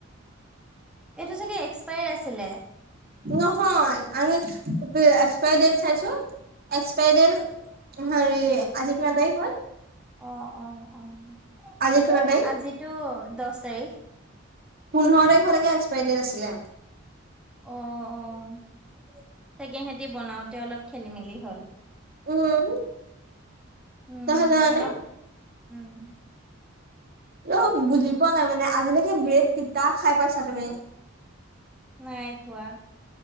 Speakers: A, in the centre; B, on the right.
A: এইটো চাগে এক্সপায়াৰ আছিলে।
B: নহয় আমি এক্সপায়াৰ ডেট চাইছো এক্সপায়াৰ ডেট হেৰি আজি কিমান তাৰিখ হ'ল?
A: অ', অ', অ'।
B: আজি কিমান তাৰিখ?
A: আজিতো দহ তাৰিখ।
B: পোন্ধৰ তাৰিখ লৈকে একসপাইাৰ ডেট আছিলে।
A: অ', অ'। তাকে সিহঁতি বনাওঁতে অলপ খেলি মেলি হ'ল।
B: উম।
A: উম,
B: তাৰপিছত জানানে
A: আমাৰ উম।
B: অ', বুজি পোৱা নাই মানে আজিলৈকে ব্ৰেড তিতা খাই পাইছা তুমি?
A: নাই পোৱা!